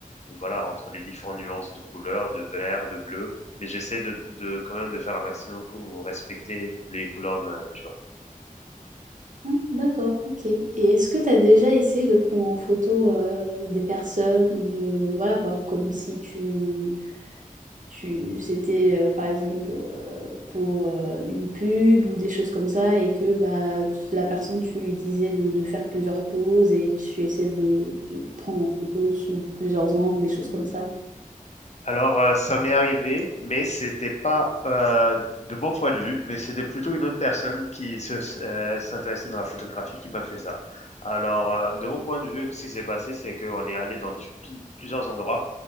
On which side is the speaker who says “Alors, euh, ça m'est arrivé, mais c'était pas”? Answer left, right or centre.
Left